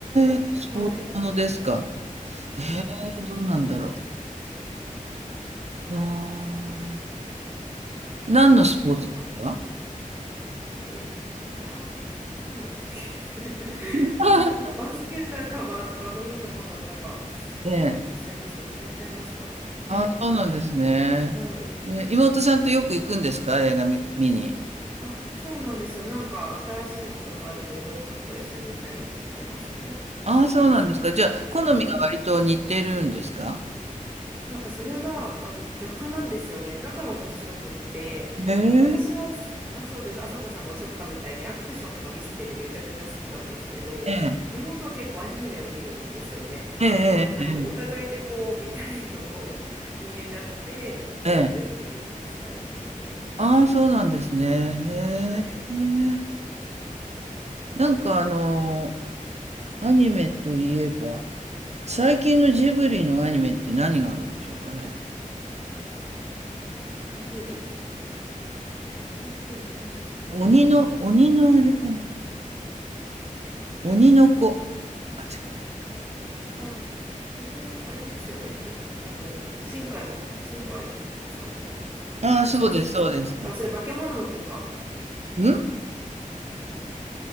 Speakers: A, on the right (about 50°); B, on the right (about 15°).
A: え、スポーツものですか
B: はい。うんうんうん。
A: ええ、どうなんだろう。ああ。何のスポーツですか
B: あとは、え、だ、なんだったっけ <laughs>
A: <laughs>
B: なんかバスケだかバ、バドミントンだったか、
A: ええ。
B: ちょっとすいません、忘れちゃいましたね。
A: ああ、
B: <clears throat>
A: そうなんですね。
B: はい。
A: ええ、妹さんとよく行くんですか映画見、見に。
B: あ、そうなんですよ。なんか新しいものがあると妹と一緒に行ったりしてますね。
A: ああ、そうなんですか。じゃあ、好みが割と似てるんですか
B: うん。なんかそれがあの逆なんですよね。だから面白くって、
A: へえ。
B: 私はあそうです、朝子さんがおっしゃったみたいにアクションとかミステリーめちゃくちゃ好きなんですけど、
A: ええ。
B: 妹は結構アニメを見るんですよね。
A: えええええ
B: なのでなんかお互いでこう見たいのを <laughs> 言い合って見に行くっていうスタイルですね。
A: え。えええああ、そうなんですね。へえ。
B: はい。
A: なんかあの、アニメといえば、最近のジブリのアニメって何があるんでしょうかね。
B: でしょうね。ジブリ。ジブリなんですかね。
A: 鬼の、鬼のあれかな。鬼の子。あ、違う。
B: あ、それ、あれですよね。と、あの、新海も、新海さんの
A: ああ、
B: 作品じゃなくて。
A: そうです、そうです。
B: あ、それ化け物の子か。
A: ん